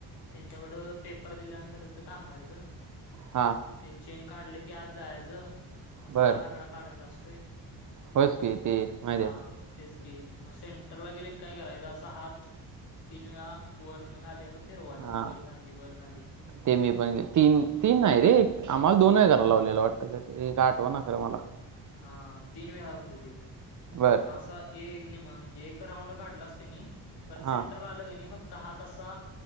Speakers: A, on the left; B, on the right.
A: तेच्याकड पेपर दिल्यानंतर तिथं थांबायचं.
B: हा.
A: ते चेन काढले की आज जायचं, असा
B: बर
A: आठ आकडा काढायचा असतोय. हम्
B: होच की ते माहिती
A: हा.
B: आहे
A: तेच की, मग सेंटरला गेले काय करायच. असा हात तीन वेळा वर न खाली असं. फिरवाय
B: हा
A: चा वरखाली वरखाली.
B: ते मी पण तीन तीन नाही रे, आम्हाला दोन वेळा कराय लावलेलं वाटतं एक आठवना खर मला.
A: हा तीन वेळा होत ते, मग
B: बर
A: तीतन असं. एक निम्म म्हणजे, राऊड काढलास कणी परत
B: हा
A: सेंटरला आलास कणी फक्त. त हात असा,